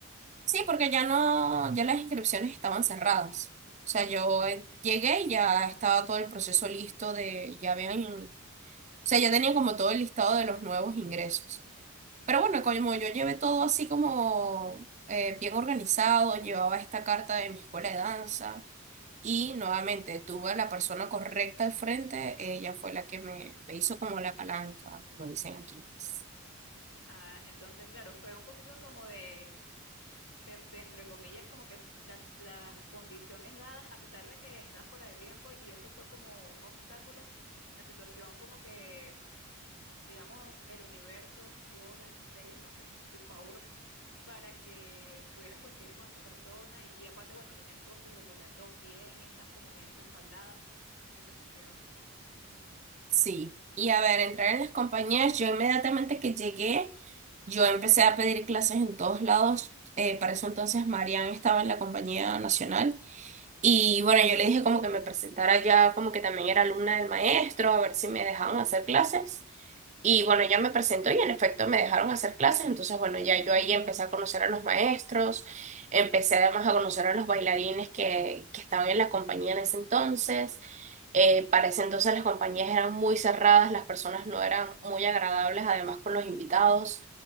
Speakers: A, on the right; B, on the left.
A: Sí, porque ya no, ya las inscripciones estaban cerradas. O sea, yo eh, llegué y ya estaba todo el proceso listo de, ya habían, o sea, ya tenían como todo el listado de los nuevos ingresos. Pero bueno, como yo llevé todo así como eh, bien organizado, llevaba esta carta de mi escuela de danza. Y nuevamente tuve a la persona correcta al frente, ella fue la que me, me hizo como la palanca, como dicen aquí. pues.
B: Ah, entonces, claro, fue un poquito como de, de, de entre comillas, como que s- las, las condiciones dadas, a pesar de que estabas fuera de tiempo y eso fue como un obstáculo, la situación como que digamos, el universo, Dios, las estrellas, no sé, a tu favor, <laughs> para que pudieras coincidir con esa persona y, y aparte, bueno, tenías todos tus documentos bien y estás como bien respaldada, entonces también se dieron las cosas.
A: Sí, y a ver, entrar en las compañías, yo inmediatamente que llegué, yo empecé a pedir clases en todos lados. Eh, para eso entonces Marian estaba en la compañía nacional y bueno, yo le dije como que me presentara ya, como que también era alumna del maestro, a ver si me dejaban hacer clases. Y bueno, ya me presentó y en efecto me dejaron hacer clases, entonces bueno, ya yo ahí empecé a conocer a los maestros, empecé además a conocer a los bailarines que, que estaban en la compañía en ese entonces. Eh, para ese entonces las compañías eran muy cerradas, las personas no eran muy agradables, además con los invitados,